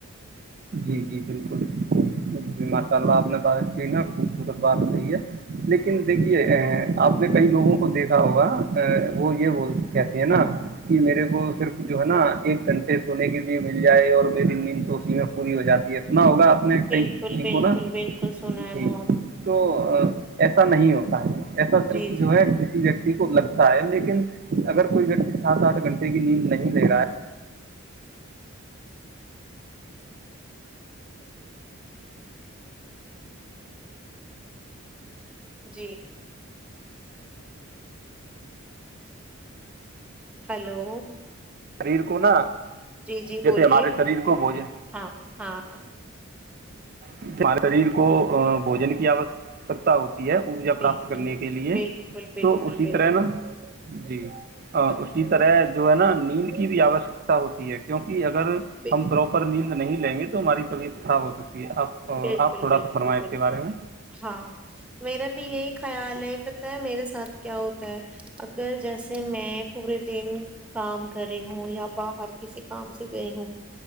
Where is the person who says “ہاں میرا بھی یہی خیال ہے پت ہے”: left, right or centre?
Centre